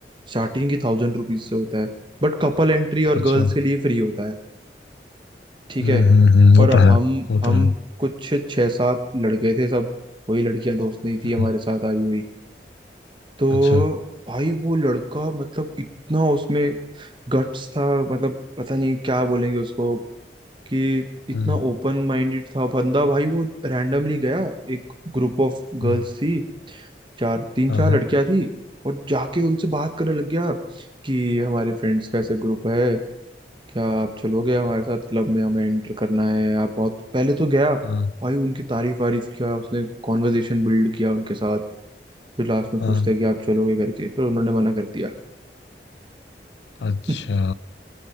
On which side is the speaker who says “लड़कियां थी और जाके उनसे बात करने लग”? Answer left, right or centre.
Right